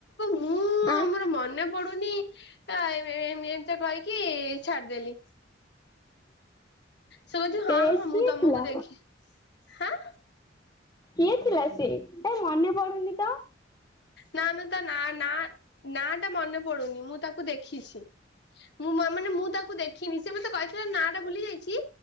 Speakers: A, on the left; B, on the left.
A: ମୁଁ ମୁଁ
B: ଆଁ
A: ମୋର ମନେ ପଡୁନି ଆ ଏମ୍-ଏମ୍ ଏମିତିଆ କି ଛାଡିଦେଲି ସେ କୋଉଚି ହଁ
B: ଏ
A: ହଁ
B: କିଏ
A: ମୁଁ ତମକୁ
B: ଥିଲା?
A: ଦେଖି ହାଁ
B: କିଏ ଥିଲା ସିଏ? ଏ ମନେ ପଡୁନି ତ।
A: ନାଁ ଆମେ ତା ନାଁ ନାଁ ନାଁ ଟା ମନେ ପଡୁନି ମୁଁ ତାକୁ ଦେଖି ଖିଚି। ମୁଁ ମ ମାନେ ମୁଁ <unintelligible> ଖିନି ସେ ମତେ କହିଥିଲା ନାଟା ଭୁଲି ଚି